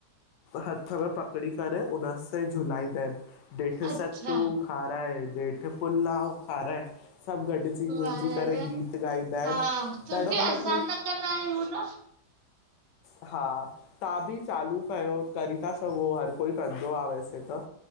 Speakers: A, on the left; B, on the right.
A: हथ में पकड़ी करे उन से झुलाईंदा आहिनि। जेठ
B: अच्छा
A: सत्तू खाराए, ॾेठि पुलाव खाराए सभु गॾु मिलजी
B: वार
A: वलिजी करे गीत ॻाईंदा आहिनि,
B: हा छोकी
A: ॾाढो अलॻि
B: असां
A: ई
B: न कंदा आहियूं न <inaudible>
A: हा, तां बि चालू कयो, करी था सघो हर कोई कंदो आ वैसे त।